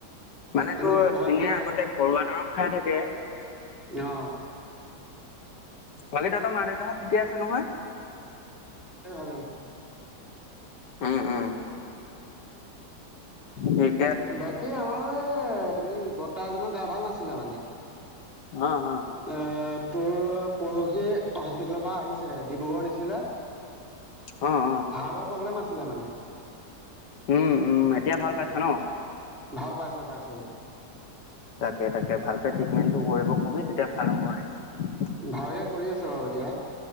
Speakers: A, on the left; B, in the centre.
A: মান
B: হ'লেও
A: তো
B: ভালকৈ
A: এনেই আগতে ঘৰুৱা দৰৱ খাই থাকে
B: অহ
A: বাকী তহত মা দেউতাহঁত ঠিকে আছে নহয়
B: ভালে ভালে
A: উম উম ঠিক
B: বাকী আমাৰ এই হেৰি বৰ্তা এজনৰ গা ভাল নাছিলে মানে
A: অ অ
B: এ তোৰ পৰহি হস্পিতেলৰ পৰা আহিছেহে ডিব্ৰুগড়ৰ নিছিলে
A: অ অ
B: হাৰ্টৰ প্ৰব্লেম আছিলে মানে
A: উম উম এতিয়া ভাল
B: উম
A: পাইছা ন?
B: ভাল পাইছে পাইছে
A: তাকে তাকে ভালকে ট্ৰিটমেণ্টটো
B: উম
A: কৰিব কবি তেতিয়া ভাল হ'ব দে।
B: ভালকে কৰি আছে বাৰু এতিয়া।